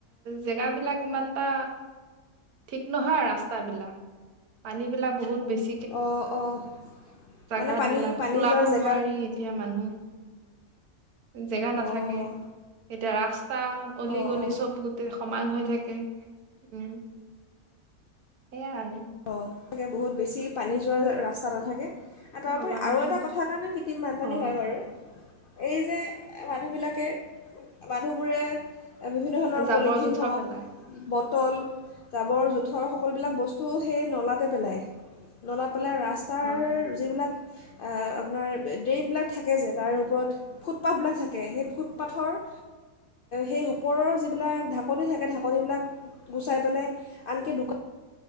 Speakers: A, on the right; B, on the left.
A: জেগাবিলাক ইমানটা ঠিক নহয়, ৰাস্তাবিলাক পানী বিলাক বহুত বেছি
B: অ', অ', মানে
A: ঘাট
B: পানী-পানী
A: বিলাক ওলাব
B: যোৱাৰ জে
A: নোৱাৰি এতিয়া মানুহ, জেগা নাথাকে,
B: অঁ
A: এতিয়া ৰাস্তা অলি-গলি
B: অঁ অঁ
A: চব গোটে সমান হৈ থাকে। উম, সেয়া আৰু।
B: অ', <unintelligible> বহুত বেছি পানী যোৱাৰ ৰাস্তা নাথাকে তাৰোপৰি
A: নলা
B: আৰু
A: দমা
B: এটা কথাৰ কাৰণে কৃত্ৰিম বানপানী
A: অ
B: হয় বাৰু। এই যে মানুহবিলাকে মানুহবোৰে। বিভিন্ন ধৰণৰ
A: জাবৰ
B: পলিথিন
A: জোথৰ
B: হওক
A: পেলাই
B: বট তল ডাবৰ জোথৰ সকলোবিলাক বস্তু চু সেই নলাতে পেলাই নলাত। ফালে ৰাস্তাৰ
A: হয়
B: যিবিলাক। আপোনাৰ ড্ৰেইনবিলাক থাকে যে তাৰে ওপৰত ফুটপাথবিলাক থাকে সেই ফুটপাথৰ সেই ওপৰৰ যিবিলাক ঢাকনি থাকে ঢাকনিবিলাক গুচাই পেলাই আনকি দোকান